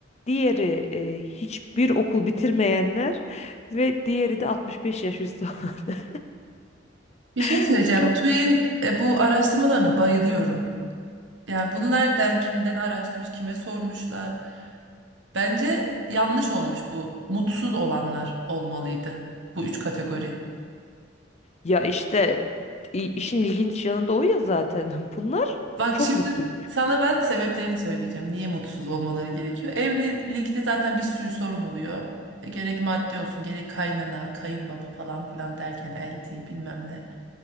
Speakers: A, on the left; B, on the right.
A: diğeri e, hiçbir okul bitirmeyenler ve diğeri de 65 yaş üstü olanlar.
B: Bir şey
A: <laughs>
B: söyleyeceğim.
A: Çok
B: TÜİK'in e, bu araştırmalarına bayılıyorum. Yani bunu nereden, kimden araştırmış, kime sormuşlar. Bence yanlış olmuş bu. Mutsuz olanlar olmalıydı bu üç kategori.
A: ya işte i- işin ilginç yanı da o ya zaten. <laughs> Bunlar
B: Bak
A: çok
B: şimdi
A: mutluymuş.
B: sana ben sebeplerini söyleyeceğim. Niye mutsuz olmaları gerekiyor? Evlilikte zaten bir sürü sorun oluyor. E, Gerek maddi olsun, gerek kaynana, kayınbaba falan filan derken elti bilmem ne.